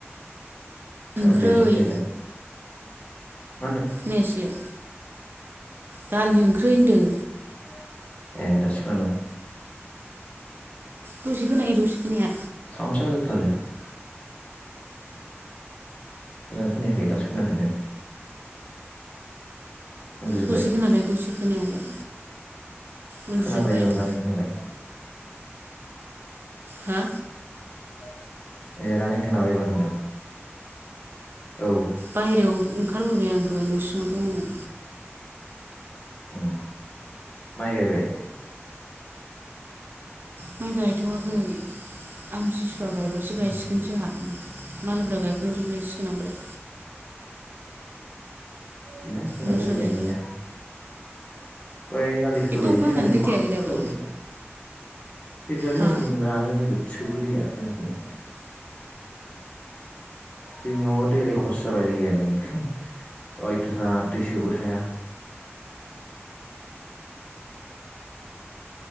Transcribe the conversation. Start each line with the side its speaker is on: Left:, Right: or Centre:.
Left: खोना
Right: ओंख्रै
Left: फैयासै नै दा उ
Right: नाया सोलाय। दालि ओंख्रि होनदों
Left: <inaudible> ए दासो खोनादों।
Right: दसे खोनायो दसे खोनाया।
Left: <unintelligible> मोजां खोनायाखै दासो खोनाफिनदों। उन्दुजोब्बाय
Right: दसे खोनालाय दसे खोनायालाय। उन्दुजोब्बाय
Left: खोनाबाय एबार
Right: आं
Left: नानि खोनाबाय।
Right: हा?
Left: <inaudible> ए नानि खोनाबाय एबार होनदों। औ
Right: बायह्रायाव ओंखारबोबाय आं दहाय न' सिङाव दङमोन।
Left: उम। माइ गायबाय?
Right: माइ गायथ'वाखै आमसिसु वा बायबासो
Left: उम
Right: गायसिगोन जोंहा। मालायफ्रा गायखांजोबलायसिगोन आमफ्राय।
Left: गैया जोंनाबो
Right: नोंस्रालाय
Left: दैयानो गैया। <inaudible> दहाय आलि खोबाय
Right: एथ' अखा
Left: एसे
Right: हानानै
Left: आलिखौ
Right: दैथायाखै
Left: खो-खोबाय।
Right: दाबो
Left: दै थायालै
Right: हा
Left: जोंथिं रानो नोगोदसो जोबो दैया जोंनिथिं। जोंनियाव दै रायखसो जाबाय जायगायानो अयथासार दै सोबो थाया।